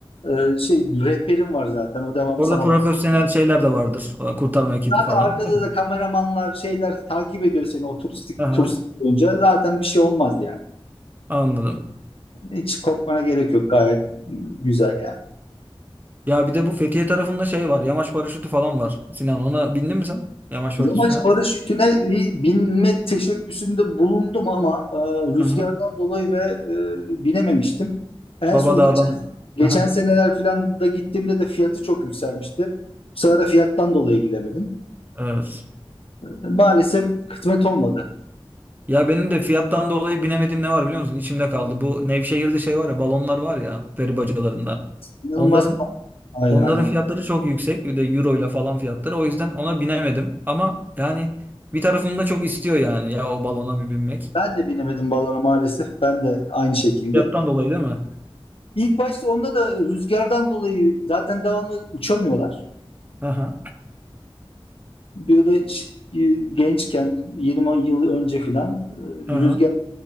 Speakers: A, on the left; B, on the right.
A: e, şey rehberim var zaten. O devamlı
B: Orada
A: sana
B: profesyonel
A: bakmaz.
B: şeyler de vardır. O Kurtarma ekibi
A: Zaten
B: falan.
A: arkada
B: Değil mi?
A: da kameramanlar şeyler takip ediyor seni o turistik
B: Aha.
A: turistik olunca zaten bir şey olmaz yani.
B: Anladım.
A: Hiç korkmana gerek yok gayet güzel yani.
B: Ya bir de bu Fethiye tarafında şey var. Yamaç paraşütü falan var. Sinan ona bindin mi sen? Yamaç
A: Yamaç
B: paraşütüne.
A: paraşütüne bir binme teşebbüsünde bulundum ama e, rüzgardan
B: Aha.
A: dolayı ve e, binememiştim. En
B: Babadağ'dan.
A: son geçen geçen
B: Aha.
A: seneler falan da gittiğimde de fiyatı çok yükselmişti. Bu sefer de fiyattan dolayı gidemedim.
B: Evet.
A: E, maalesef kısmet olmadı.
B: Ya benim de fiyattan dolayı binemediğim ne var biliyor musun? İçimde kaldı. Bu Nevşehir'de şey var ya balonlar var ya peri bacalarında.
A: İnanılmaz
B: Onların
A: pahalı. Aynen,
B: onların
A: aynen.
B: fiyatları çok yüksek. Bir de euro ile falan fiyatları. O yüzden ona binemedim. Ama yani bir tarafım da çok istiyor yani ya o balona bir binmek.
A: Ben de binemedim balona maalesef. Ben de aynı şekilde.
B: Fiyattan dolayı değil mi?
A: İlk başta onda da rüzgardan dolayı zaten devamlı uçamıyorlar.
B: Aha.
A: Böyle ş- e, gençken 20 yıl önce filan
B: Aha.
A: e, rüzgar